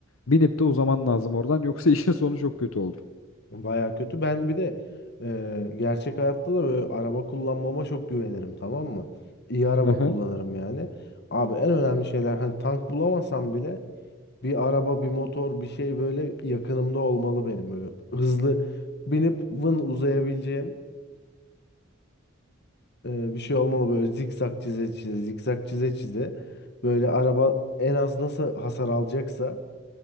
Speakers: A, on the left (about 80°); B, on the left (about 55°).
A: binip de uzaman lazım oradan. Yoksa <laughs> işin sonu çok kötü olur.
B: Baya kötü. Ben bir de e, gerçek hayatta da böyle araba kullanmama çok güvenirim tamam mı? İyi araba
A: Aha.
B: kullanırım yani. Abi en önemli şeyler hani tank bulamasam bile Bir araba, bir motor, bir şey böyle yakınımda olmalı benim. Böyle hızlı binip vın uzayabileceğim e, bir şey olmalı. Böyle zikzak çize çize, zikzak çize çize. Böyle araba en az nasıl hasar alacaksa